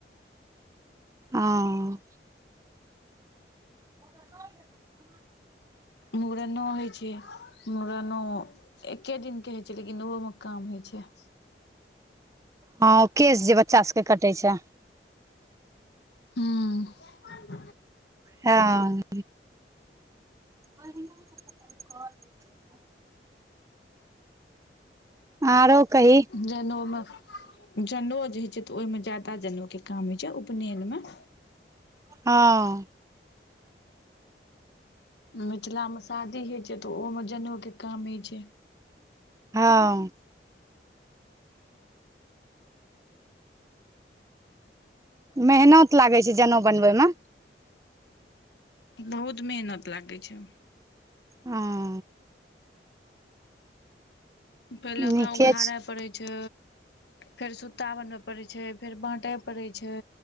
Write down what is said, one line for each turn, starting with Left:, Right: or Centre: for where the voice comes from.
Right: हँ <inaudible>
Left: मुड़नो होय छै, मुड़नो एके दिन के। लेकिन ओहो मऽ काम होइ छै।
Right: हँ ओ केश जे बच्चा सबके कटै छैय।
Left: हू
Right: हँ <unintelligible> <unintelligible> आरो कहीं,
Left: जनेउमे जनेउ जे होइ छै तऽ ओहिमे ज्यादा जनेउके काम होइ छै उपनयनमे।
Right: हँ
Left: मिथिला मे शादी होइ छै तऽ ओहोमे जनेउ कऽ काम होइ छै।
Right: हँ मेहनत लागै छै जनेउ बनबय मे
Left: बहुत मेहनत लागै छै
Right: हँ
Left: पहिले ओकरा
Right: नीके
Left: उघाड़य
Right: छै
Left: पड़ै छै फेर सुता बनबय पड़ै छै फेर बाँटय पड़ै छै